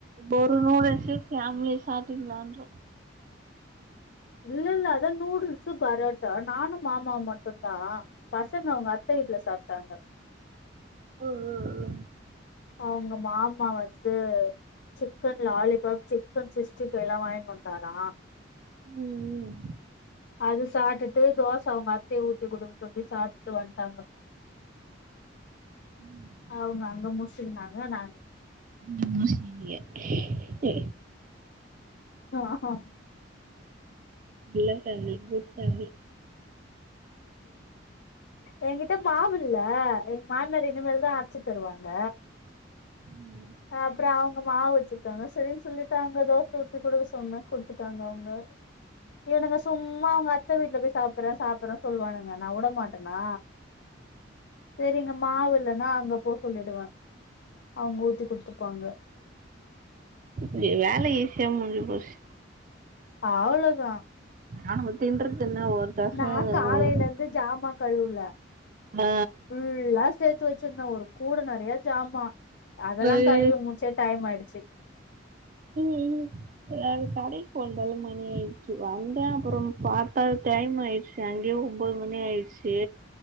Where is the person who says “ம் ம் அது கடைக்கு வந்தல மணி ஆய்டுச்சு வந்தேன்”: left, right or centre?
Right